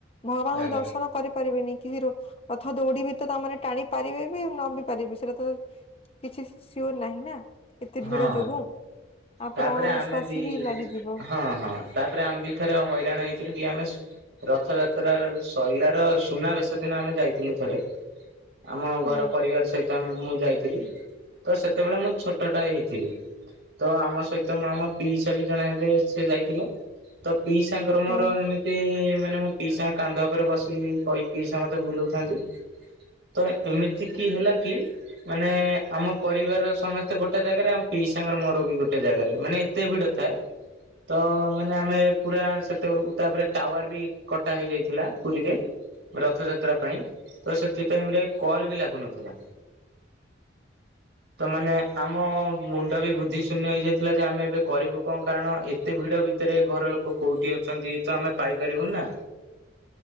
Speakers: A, on the left; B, on the right.
A: ଭଗବାନଙ୍କୁ
B: ଆଜ୍ଞା।
A: ତ ଦର୍ଶନ କରିପାରିବେନି। କିଛି ରଥ ଦୌଡି ବି ତ ତାମାନେ ଟାଣି ପାରିବେ ବି ନ ବି ପାରିବେ ସେଇଟା ତ କିଛି ସିଓର ନାହିଁ ନା ଏତେ
B: ହଁ
A: ଭିଡ ଯୋଗୁ ଆଉ
B: ତାପରେ
A: ପ୍ରଣ ନିଶ୍ଵାସୀ
B: ଆମେ ବି
A: ଲାଗିଯିବ
B: ହଁ ହଁ ତାପରେ ଆମେ ବି ଥରେ ହଇରାଣ ହେଇଥିଲୁ କି ଆମେ ରଥଯାତ୍ରା ଶୋଇଲାର ସୁନା ବେଶ ଦିନ ଆମେ ଯାଇଥିଲୁ ଥରେ। ଆମ
A: ହୁଁ।
B: ଘର ପରିବାର ସହିତ ମୁଁ ଯାଇଥିଲି ତ ସେତେବେଳେ ମୁଁ ଛୋ ଛୋଟଟା ହେଇଥିଲି ତ ଆମ ସହିତ ମା ଆମ ପିଇସା ବି ଜଣେ ଜୋ ସେ ଯାଇଥିଲେ। ତ ପିଇସାଙ୍କର
A: ହୁଁ
B: ଏମିତି ମୋ ପିଇସା କାନ୍ଧ ଉପରେ ବସିିକି କହିକି ସମସ୍ତଙ୍କୁ ବୁଲଉଥାନ୍ତି। ତ ଏମିତି କି ହେଲା କି ମାନେ ଆମ ପରିବାରର ସମସ୍ତେ ଏତେ ଗୋଟେ ଜାଗାରେ ଆଉ ପିଇସାଙ୍କ ମୋର ବି ଗୋଟେ ଜାଗାରେ ମାନେ ଏତେ ଭିଡ ଥାଏ। ତ ମାନେ ଆମେ ପୁରା ସେତେବେଳକୁ ତାପରେ ଟାୱାର ବି କଟା ହେଇଯାଇଥିଲା ପୁରୀରେ। ରଥଯାତ୍ରା ପାଇଁ ତ ସେଥି ଟାଇମ ରେ କଲ ବି ଲାଗୁନଥିଲା। ତାମାନେ ଆମ ମୁଣ୍ଡ ବି ବୁଦ୍ଧି ଶୂନ୍ୟ ହେଇଯାଇଥିଲା ଯେ ଆମେ ଏବେ କରିବୁ କଣ କାରଣ ଏତେ ଭିଡ ଭିତରେ ଘର ଲୋକ କୋଉଠି ଅଛନ୍ତି ତ ଆମେ ପାଇପାରିବୁନି ନା।